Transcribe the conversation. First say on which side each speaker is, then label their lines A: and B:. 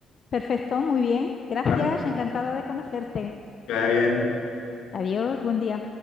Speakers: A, on the left; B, on the left.
A: Perfecto, muy bien. Gracias,
B: ¿vale?
A: encantada de conocerte.
B: Que vaya bien.
A: Adiós, buen día.